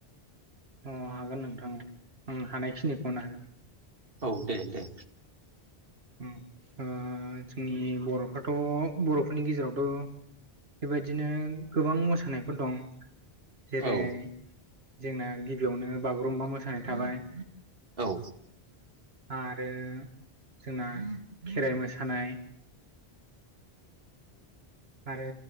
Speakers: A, on the right (about 75°); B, on the right (about 60°).
A: अ हागोन नोंथां औ हानायखिनिखौनो हागोन।
B: औ दे दे
A: ओ जोंनि बर'फ्राथ' बर'फोरनि गेजेरावथ' बेबायदिनो गोबां मोसानायफोर दं। जेरै
B: औ
A: जोंना गिबियावनो बागुरुम्बा मोसानाय थाबाय
B: औ
A: आरो जोंना खेराइ मोसानाय आरो